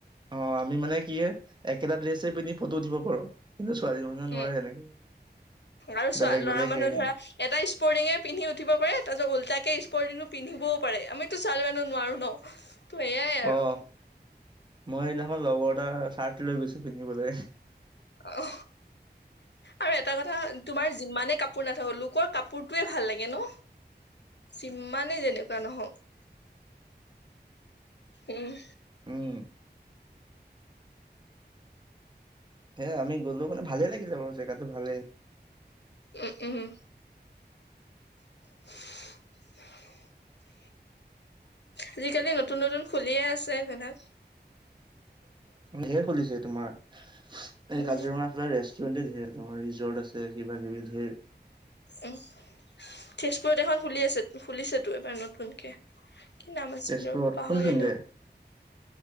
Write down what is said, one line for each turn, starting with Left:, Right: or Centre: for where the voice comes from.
Right: অ আমি মানে কি হয় একেটা ড্ৰেছে পিন্ধি ফটো উঠিব পাৰো। জ নোৱাৰে
Left: উম
Right: এনেকে
Left: আৰু চোৱা
Right: বেলেগ
Left: লৰা
Right: বেলেগ
Left: মানুহে
Right: হেৰি
Left: ধৰা এটা ইস্পৰ্টিঙে পিন্ধি উঠিব পাৰে, তাৰিছত উল্টা ইস্পৰ্তিংটো পিন্ধিবও পাৰে। আমিতো ছোৱালী মানুহ নোৱাৰো ন। ত' এয়াই আৰু
Right: অ মই সেইদিনাখন লগৰ এটা চাৰ্ট লৈ গৈছো পিন্ধিবলৈ।
Left: অ আৰু এটা কথা তোমাৰ যিমানে কাপোৰ নাথাকক, লোকৰ কাপোৰটোৱে ভাল লাগে ন? যিমানেই যেনেকুৱা নহওক উম।
Right: উম। হে আমি গ'লো মানে ভালে লাগিলে বাৰু জেগাতটো ভালে।
Left: উম উম উ। <unintelligible> আজিকালি নতুন নতুন খুলিয়ে আছে সেইবিলাক।
Right: ধেৰ খুলিছে তোমাৰ। এই
Left: উম
Right: কাজিৰঙাৰ ফালে ৰেষ্টুৰেণ্টে ধেৰ, তোমাৰ ৰিজৰ্ট আছে। যে কিবা কিবি ধেৰ।
Left: উম তেজপুৰত এখন খুলি আছে, খুলিছে তো এইবাৰ নতু নকে, কি নাম আছিল
Right: তেজপুৰত
Left: ৰ পাহৰিলো।
Right: কোনখিনিতে